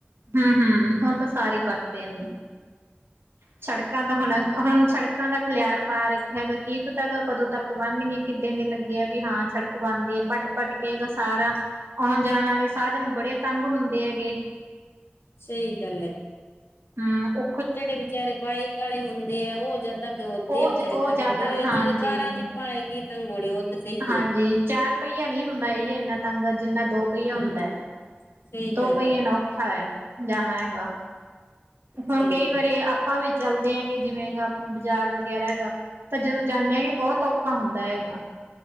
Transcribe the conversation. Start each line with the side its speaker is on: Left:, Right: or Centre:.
Right: ਹਾਂ ਹਾਂ ਹੁਨ ਤਾਂ ਸਾਰੇ ਪਟਦੇਨ। ਸੜਕਾਂ ਤਾਂ ਹੁਨ ਹੁਨ ਸੜਕਾਂ ਦਾ ਖਿਲਿਆਰ ਬਾਹ ਰੱਖਿਆ ਹੈਗਾ ਕੀ ਪਤਾ ਗਾ ਕਦੋਂ ਤੱਕ। ਬੰਨ ਨੀਕਿਤੀ ਦੇ ਲੱਗਿਆ ਵੀ ਹਾਂ ਸੜਕ ਬਨਦੀ ਹੈ ਪੱਟ ਪੱਟ ਕੇਗਾ ਸਾਰਾ ਆਉਨ ਜਾਨ ਵਾਲੇ ਸਾਧਨ ਬੜੇ ਤੰਗ ਹੁੰਦੇ ਹੈਗੇ।
Left: ਸਹੀ ਗੱਲ ਹੈ ਜੀ।
Right: ਹਾਂ ਊ।
Left: ਜੇੜੇ ਵਿਚਾਰੇ ਬਾਇਕ ਆਲੇ ਹੁੰਦੇ ਆ। ਔਹ ਜਦਤੱਕ ਰੋਵਂਉਦੇ
Right: ਉਹ
Left: ਆ ਵਿਚਾਰੇ
Right: ਉਹ
Left: ਤੰਗਦੇ
Right: ਜ਼ਿਆਦਾ ਹਾਂਜੀ
Left: ਜਿ ਕਾਰਾਂ ਚ ਆਪਾਂ ਕੀ ਤੰਗ ਹੋਨੇ ਔਹ ਤਾਂ ਸਹੀ
Right: ਹਾਂਜੀ
Left: ਹੈ।
Right: ਚਾਰ ਪਹੀਆ ਨੀ ਹੁੰਦਾ ਇੰਨਾ ਤੰਗਾ ਜਿੰਨਾ ਦੋ। ਪਹੀਆ
Left: ਹਮ
Right: ਹੁੰਦਾ ਹੈ,
Left: ਸਹੀ
Right: ਦੋ
Left: ਗੱਲ
Right: ਪਹੀਏ
Left: ਹੈ
Right: ਨੇ ਔਖਾ ਹੈ, ਜਾਨਾ ਹੈਗਾ। ਹੁਨਕਈ
Left: ਸਹੀ
Right: ਵਾਰੀ
Left: ਹੈ
Right: ਆਪਾਂ ਵੀ ਚੱਲਦੇ ਹਗੇ ਜਿਵੇਂ ਬਾਜ਼ਾਰ ਵਗੈਰਾ ਹੈਗਾ। ਤਾਂ ਜਦੋਂ ਬੋੱਤ ਔਖਾ ਹੁੰਦਾ ਹੈਗਾ।